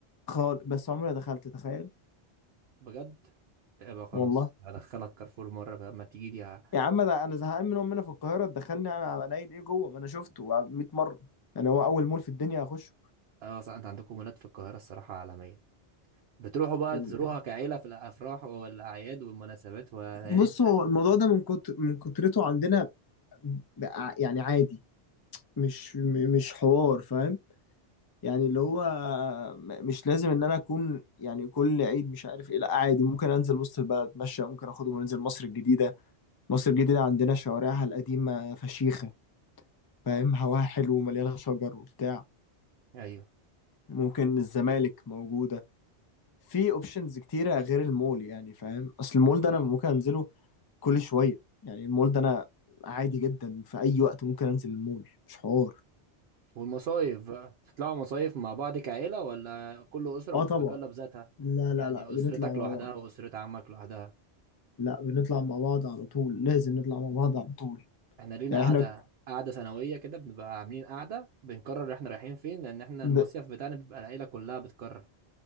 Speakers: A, on the left; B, on the right.
A: خالص بس عمري ما دخلت تخيل
B: بجد يبقى خلاص
A: والله
B: هدخلك كارفور مره بقى اما تيجي لي ه-
A: يا عم ده انا زهقان من امنا في القاهره دخلني قليل ايه جوه ما انا شفته 100 مره يعني هو اول مول في الدنيا اخشه
B: اه صح انت عندكم مولات في القاهره الصراحه عالميه بتروحوا بقى
A: ال-
B: تزوروها كعيله في الافراح والاعياد والمناسبات وليالي
A: بص
B: الد-
A: هو الموضوع ده من كتر من كترته عندنا ب- يعني عادي مش م- مش حوار فاهم يعني اللي هو م- مش لازم ان انا اكون يعني كل عيد مش عارف ايه لا عادي ممكن انزل وسط البلد اتمشى ممكن اخدهم وننزل مصر الجديدة مصر الجديدة عندنا شوارعها القديمة فشيخة فاهم هواها حلو ومليانة شجر وبتاع
B: ايوه
A: ممكن الزمالك موجودة في اوبشنز كتيرة غير المول يعني فاهم اصل المول
B: أما-
A: ده انا ممكن انزله كل شوية يعني المول ده انا عادي جدا في اي وقت ممكن انزل المول مش حوار
B: والمصايف بقى بتطلعوا مصايف مع بعض كعيله ولا كل اسره
A: اه
B: مستقله
A: طبعا
B: بذاتها
A: لا لا
B: يعني
A: لا بنطلع
B: اسرتك
A: مع
B: لوحدها
A: بعض
B: واسره عمك لوحدها
A: لا بنطلع مع بعض على طول لازم نطلع مع بعض على طول
B: احنا لينا
A: يعني
B: قاعدة
A: احنا
B: قاعدة سنوية كده بنبقى عاملين قاعدة بنقرر احنا رايحين فين لأن احنا
A: ب...
B: المصيف بتاعنا بيبقى العيلة كلها بتقرر